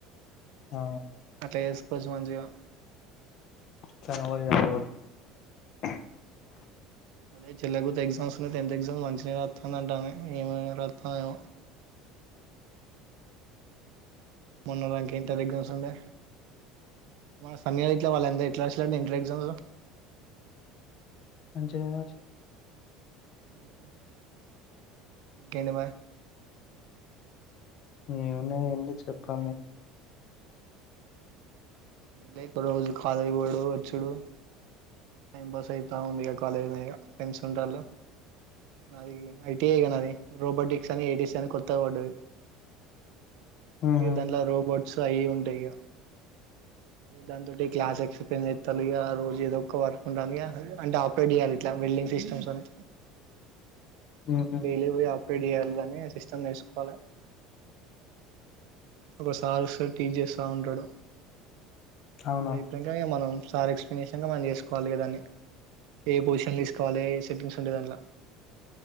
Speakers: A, on the left; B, on the right.
A: ఆ
B: అట్లా చేసుకోవచ్చు మంచిగా
A: <inaudible>
B: అదే చెల్లగత ఎగ్జామ్స్ ఉన్నా టెన్త్ ఎగ్జామ్స్ మంచినే రాస్తాను అంటాను ఏమే రాస్తానే ఏమో మొన్న రాంక ఏంట దగ్గన్స్ంది మన సమీ ఇట్లా వాళ్ళందరుూ ఎట్లా వచ్చ ఇంటర్ ఎగజాస్
A: మంచిగా
B: ఆహా ఇంకేంటి
A: ఏవున్నా ఏ చెప్పి
B: లీప్ రోజు కాదు యి ఎవడు వచ్చుడు టైం పాస్ అయితా ఉంది ఇక కాలేజ్ నే ఇకా ఫ్రెండ్స్ ఉంటళ్ళు నాది ఐటిఐగా నాది రోబోటిక్స్ అని ఏటీసి అని కొత్త పడ్డది
A: ఉహు
B: దాంట్లో రోబోట్స్ సాయి ఉంటాయ్య దాంతోటి క్లాస్ ఎక్స్ప్లెయిన్ చేతాలు ఇక ఆ రోజు ఎదో ఒక్క వర్క్ రమ్య అంటే ఆపరేట్ చేయాలి ఇట్ల వెల్డింగ్ సిస్టమ్స్ అని
A: ఉహు
B: డైలీ పోయి అ రేడ్ చేయాలిదని సిస్టమ్ నేర్చుకోవాలి ఒకసార్ సారి టీ చేస్తా ఉంటాడు
A: అవునా
B: అదేప్పుడు ఇంకా మనం సార్ ఎక్స్ప్లెయిన్ చేసినకా మనం చేసుకొ లిగో దాన్ని ఏ పొజిషన్లో తీసుకోవాలి ఏ సెట్టింగ్స్ ఉంటాయి దానిలో